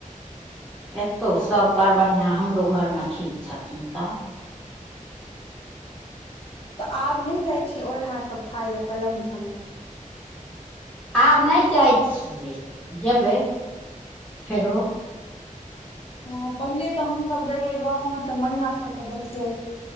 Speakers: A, in the centre; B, on the left.
A: एतौ सब बड़ बढ़िया हमरो घर मे ठीक छथिन सब
B: तऽ आब नहि जाइ छिए ओरहा सभ खाय लए कलम सभमे
A: आब नहि जाइ छियै जेबै फेरो
B: हँ पहिले तऽ हमसभ रहिऐ गाँव में तऽ मैया सबके देखियै